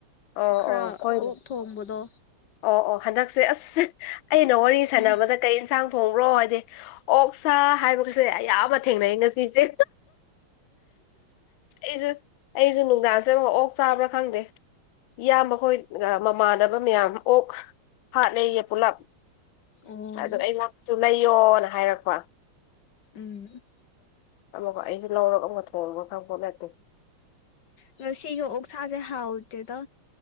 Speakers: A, on the left (about 75°); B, on the left (about 55°).
A: ꯑꯣ
B: ꯈꯔ
A: ꯑꯣ ꯍꯣꯏꯅꯦ
B: ꯑꯣꯛ ꯊꯣꯡꯕꯗꯣ
A: ꯑꯣ ꯑꯣ ꯍꯟꯗꯛꯁꯦ ꯑꯁ ꯑꯩꯅ ꯋꯥꯔꯤ ꯁꯥꯟꯅꯕꯗ
B: ꯎꯝ
A: ꯀꯩ ꯌꯦꯟꯁꯥꯡ ꯊꯣꯡ꯭ꯔꯣ ꯍꯥꯏꯗꯤ ꯑꯣꯛ ꯁꯥ ꯍꯥꯏꯕ ꯁꯦ ꯑꯌꯥꯝꯕ ꯊꯦꯡꯅꯩ ꯉꯁꯤ ꯏꯆꯦ ꯑꯩꯁꯨ ꯑꯩꯖꯣꯟ ꯅꯨꯡꯒ ꯑ ꯑꯣꯛ ꯆꯥꯕ꯭ꯔꯥ ꯈꯪꯗꯦ ꯏꯌꯥꯝꯕꯈꯣꯏ ꯃꯃꯥꯟꯅꯕ ꯃꯌꯥꯝ ꯑꯣꯛ ꯍꯥꯠ ꯂꯩꯩꯌꯦ ꯄꯨꯂꯞ
B: ꯑꯣ
A: ꯑꯗꯣ ꯑꯩ ꯉꯁꯨ ꯂꯩ ꯄꯣꯅ ꯍꯥꯏꯔꯛꯄ
B: ꯎꯝ
A: ꯑꯃ ꯑꯩꯁꯨ ꯂꯧꯔꯒ ꯑꯃꯨ ꯊꯣꯡꯕ ꯈꯪꯕ ꯅꯠꯇꯦ
B: ꯉ ꯁꯤꯒꯤ ꯑꯣ ꯁꯥꯁꯦ ꯍꯥꯥꯎꯑꯣꯗꯦꯗ